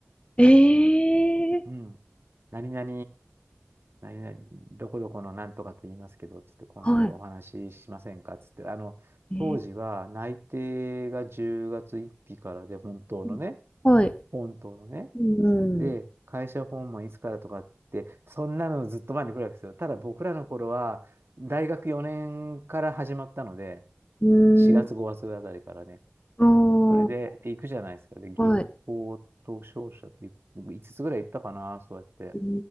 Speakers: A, on the left; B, on the right.
A: ええ
B: うん。何々、何々、どこどこのなんとかって言いますけど、つって今度お話ししませんかつって、
A: ー、はい。
B: あの、
A: えー、
B: 当時は内定が10月1日からで、本当のね、
A: うんはい。
B: 本当のね。
A: うん。
B: で、会社訪問いつからとかって、そんなのずっと前に来るわけですよ。ただ僕らの頃は、大学4年から始まったので、
A: うーん。
B: 4月5月あたりからね。
A: ああ、
B: それで、で行くじゃないですか。で、銀行と商社と5つつぐらい行ったかな、
A: はい。
B: そうやって。
A: うー